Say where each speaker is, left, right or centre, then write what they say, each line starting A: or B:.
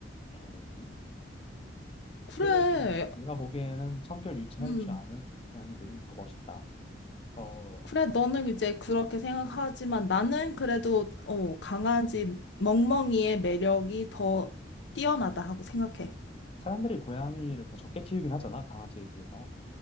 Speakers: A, on the left; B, on the left.
A: 에이.
B: 그래.
A: 그래도 좀 내가 보기에는 청결 유지할
B: 음.
A: 줄 아는 고양이들이 더 멋있다. 어,
B: 그래,
A: 뭔가
B: 너는 이제 그렇게 생각하지만 나는 그래도 어, 강아지 멍멍이의 매력이 더 뛰어나다 하고 생각해.
A: 사람들이 고양이를 더 적게 키우긴 하잖아, 강아지에 비해서.